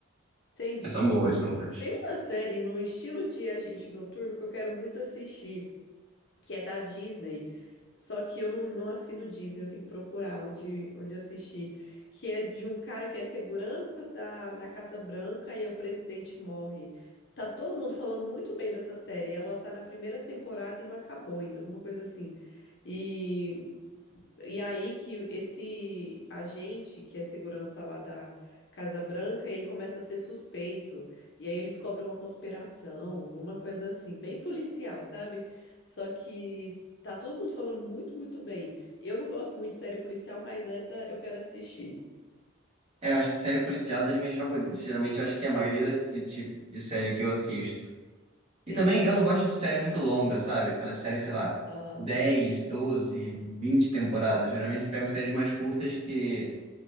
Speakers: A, on the left; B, on the right.
A: Entendi.
B: mas são boas, são boas.
A: Tem uma série no estilo de Agente Noturno que eu quero muito assistir, que é da Disney. Só que eu não, não assino Disney, eu tenho que procurar onde, onde assistir. Que é de um cara que é segurança da, na Casa Branca e aí o presidente morre. Tá todo mundo falando muito bem dessa série. Ela tá na primeira temporada e não acabou ainda, alguma coisa assim. E E aí que esse agente, que é segurança lá da Casa Branca, ele começa a ser suspeito. E aí eles cobrem uma conspiração, alguma coisa assim, bem policial, sabe? Só que tá todo mundo falando muito, muito bem. Eu não gosto muito de série policial, mas essa eu quero assistir.
B: É, eu acho que série policial é das minhas favoritas. Geralmente eu acho que é a maioria das- do tipo de série que eu assisto.
A: Tem.
B: E também eu não gosto de série muito longa, sabe? Aquela série, sei lá,
A: Ah,
B: 10, 12, 20 temporadas. Geralmente eu pego séries mais curtas que